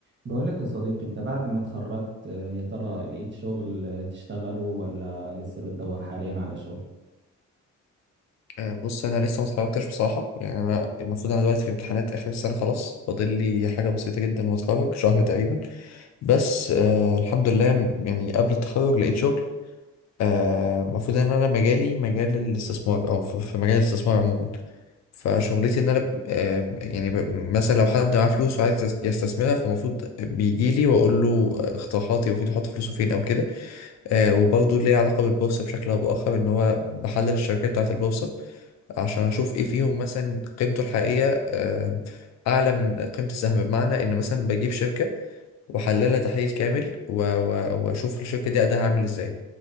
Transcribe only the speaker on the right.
بقول لك يا صديقي انت بعد ما اتخرجت آه، يا ترى لقيت شغل آه، تشتغله ولا لسه بتدور حاليا على شغل